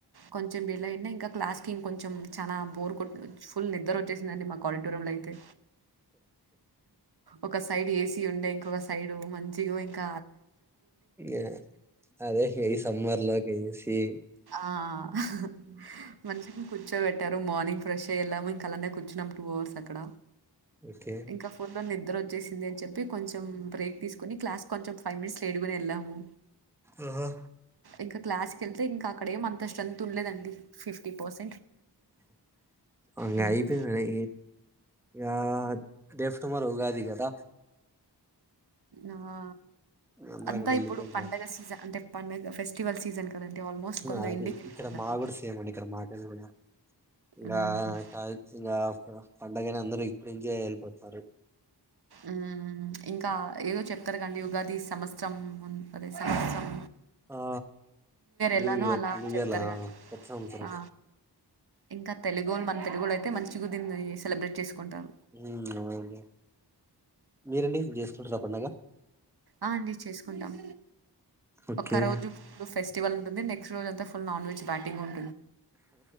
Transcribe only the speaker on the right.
కొంచెం డిలైన్ ఇంకా క్లాస్ ఇంకొంచెం చాలా బోర్ కొడుతు ఫుల్ నిద్ర వచ్చేసిదండి మాకు వంట రూమ్ లో అయితే ఒక సైడ్ ఏసి ఉండే ఇంకొక సైడ్ మంచిగా ఇక
ఆ హ మంచి కుద్ కూర్చోబెట్టరు మార్నింగ్ ఫ్రెష్ అయి వెళ్ళాము ఇంకాలానే కూర్చున్నాం టూ అవర్స్ అక్కడ
ఇంకా ఫుర్బంది నిద్ర వచ్చేసింది అని చెప్పి కొంచెం బ్రేక్ తీసుకోని క్లాస్ కొంచెం ఫైవ్ మినిట్స్ లేటుకనే వెళ్ళాము
ఇక క్లాస్ కి వెళ్తే ఇంకా అక్కడెమో అంత స్టెంత్ ఉండలేదండి ఫిఫ్టీ పర్సెట్
హ్మ్.
ఆ
అంతా
ఇప్పుడు పండగ సీజన్ అంటే పన్నగా ఫెస్టివల్ సీజన్ కదండీ! ఆల్మోస్ట్ కొందరు
ఇంటికెళ్ళిపోయినారు.
హ్మ్.
ఉ ఇంకా ఏదో చెప్తారు కండి ఉగాది సంవత్సరం అదే సంవత్సరం
ఎలానో
అలా
చెప్తారు
గా
ఆ! ఇంకా తెలుగున్ మన తెలుగులో అయితే మంచిగా దీన్ని సెలబ్రేట్ చేసుకుంటాం
ఆ అండి చేసుకుంటాం
ఒకరోజు టు ఫెస్ టివల్ ఉంటుంది నెక్స్ట్ రోజంతా నాన్ వెజ్ బ్యాటింగ్ ఉం